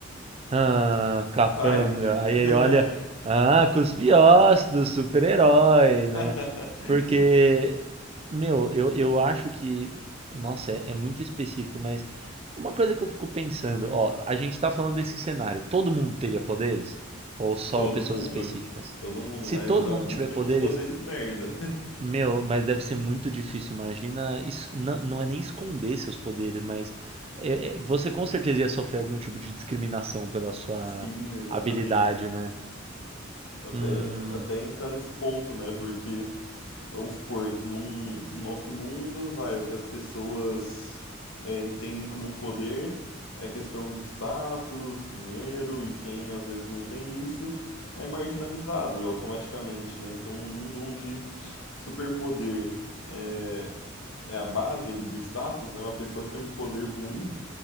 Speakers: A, on the right; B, on the left.
A: Ah, capanga.
B: sai, Kika.
A: Aí ele
B: <laughs>
A: olha, ah, cuspe ossos do super-herói, né?
B: <laughs>
A: Porque, meu, eu, eu acho que, nossa, é, é muito específico, mas uma coisa que eu fico pensando, ó, a gente tá falando desse cenário, todo mundo teria poderes? Ou só
B: Todo
A: pessoas
B: mundo.
A: específicas?
B: Todo mundo,
A: Se
B: mas
A: todo
B: alguns
A: mundo tiver
B: têm
A: poderes,
B: uns poderes merda.
A: meu, mas deve ser muito difícil. Imagina, isso, não, não é nem esconder seus poderes, mas é, é, você com certeza ia sofrer algum tipo de discriminação pela
B: <laughs>
A: sua
B: Sim, exatamente.
A: habilidade, né?
B: Até,
A: Hum,
B: até entrar nesse ponto, né? Porque, vamos supor que num no nosso mundo, vai, o que as pessoas é, entendem como poder é questão de status, dinheiro, e quem às vezes não tem isso é marginalizado automaticamente, né? Então, num mundo onde Superpoder é, é a base ele do status, né? Uma pessoa que tem um poder ruim